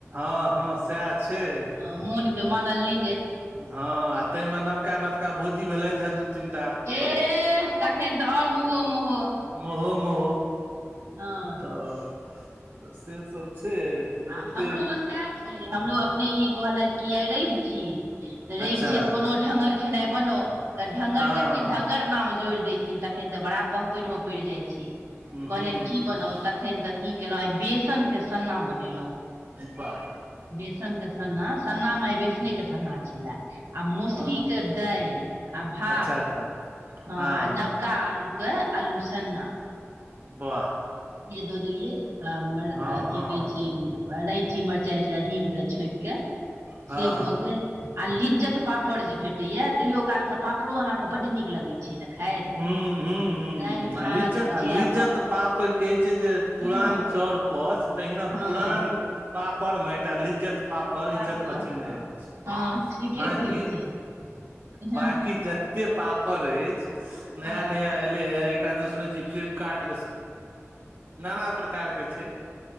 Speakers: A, on the right; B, on the right.
A: हँ हँ सएह छै
B: ह मोन के मानल नै
A: हँ आ तई मे नबका नबका भौजी भेलै थहए दू तीन टा
B: ए तखन त आओर महो महो
A: महो महो
B: हँ
A: तऽ से सब छै तऽ
B: आ
A: ओते
B: हमरो मे सएह छलियै हमरो अपने ई कहलथि कि आइ रवि छीयै रवि
A: अच्छा
B: छीयै तऽ कोनो ढङ्गर खेनाइ बनो त ढ़ंगर
A: हँ
B: जखन
A: हँ
B: ढंगर नाम जोड़ि दैथिन तखन त बड़ा पहपट मे पड़ि जाइत छि
A: हूँ हूँ
B: कहलियनि की बनाउ तखन तऽ की केलहुँ आइ बेसनके सन्ना बनेलहुँ
A: बा
B: बेसनके सन्ना सन्नामे आइ बेसने के सन्ना छलए आ मसुरी
A: वाह
B: के दालि आ भात
A: अच्छा अच्छा
B: ह
A: हँ
B: आ
A: हँ
B: नव कालूके अलूसन्ना
A: वाह
B: ई द देलियै आ मर
A: हँ हँ
B: की कहै छै रैची मिरचाइ से हींग से छोंक
A: हँ
B: से
A: हँ
B: भ गेल आ लिज्जत पापड़ जे भेटैया तैयो काल के पापड़ो अहाँ के बड नीक लगैत छै ने खाइत
A: हूँ हूँ हूँ
B: दालि
A: ह
B: भात
A: आ लिज
B: भुजिया
A: लिज्जत
B: पाप
A: पापैड़ कहे छै जे पुरान
B: हँ
A: चौर पथ तहिना
B: हँ
A: पुरान पापड़मे एकटा लिज्जत पाप पर इज्जत
B: पापड़
A: बचेने
B: हँ
A: अछि
B: हँ ठीके
A: बकी
B: कहै छियै
A: बकीज
B: हँ
A: एते पापड़ अछि नया
B: हँ।
A: नया एले हए आब सुने छी फिलीपकाट नाना प्रकार के छै